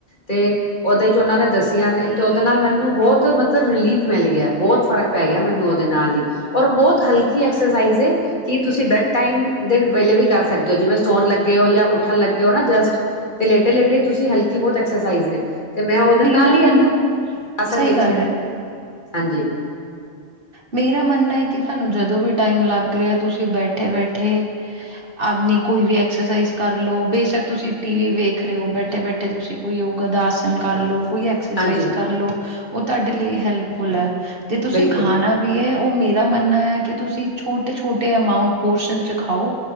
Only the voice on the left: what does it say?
ਤੇ ਉਹਦੇ ਚ ਉਹਨਾਂ ਨੇ ਦੱਸੀਆਂ ਨੇ ਤੇ ਉਹਦੇ ਨਾਲ ਮੈਨੂੰ ਬਹੁਤ ਮਤਲਬ ਰਿਲੀਫ ਮਿਲ ਗਿਆ ਬਹੁਤ ਫ਼ਰਕ ਪੈ ਗਿਆ ਮੈਨੂੰ ਉਹਦੇ ਨਾਲ ਹੀ ਔਰ ਉਹ ਬਹੁਤ ਹਲਕੀ ਐਕਸਰਸਾਈਜ਼ ਏ ਕਿ ਤੁਸੀਂ ਬੈਡ ਟਾਈਮ ਦੇ ਵੇਲੇ ਵੀ ਕਰ ਸਕਦੇ ਹੋ ਜਿਵੇਂ ਸਟੋਨ ਲੱਗੇ ਹੋ ਜਾਂ ਉੱਠਣ ਲੱਗੇ ਹੋ ਨਾ ਜਸਟ ਤੇ ਲੇਟੇ ਲੇਟੇ ਤੁਸੀਂ ਹਲਕੀ ਬਹੁਤ ਐਕਸਰਸਾਈਜ਼ ਨੇ ਤੇ ਮੈਂ ਉਹਦੇ
ਨਾਲ ਹੀ ਇਨਾ
ਅਸਰ
ਵੇਖਿਆ
ਹਾਂਜੀ
ਹਾਂਜੀ
ਬਿਲਕੁਲ